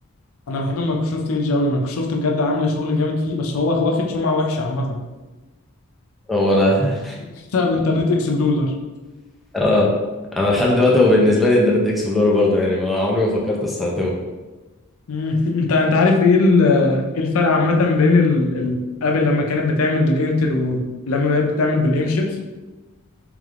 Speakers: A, on the left (about 70°); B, in the centre.
A: انا بحب مايكروسوفت ايدج قوي مايكروسوفت بجد عامله شغل جامد فيه بس هو واخد سمعه وحشه عامه
B: هو انا
A: بسبب انترنت اكسبلورر
B: <laughs> اه انا لحد دلوقتي هو بالنسبه لي انترنت اكسبلورر برضو يعني ما عمري ما فكرت استخدمه
A: مم. انت انت عارف ايه ال- ايه الفرق عامة بين ال- ال- ابل لما كانت بتعمل بالانتل ولما بقت بتعمل بالام شيبس